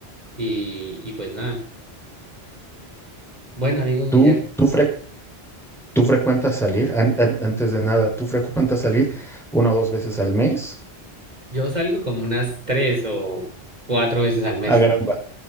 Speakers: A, on the right (about 40°); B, in the centre.
A: y y pues nada. Bueno, amigo Guillermo,
B: ¿Tú, tú, fre- tú frecuentas salir? An- an- antes de nada, ¿tú frecuentas salir una o dos veces al mes?
A: yo salgo como unas tres o cuatro veces al mes.
B: A caramba.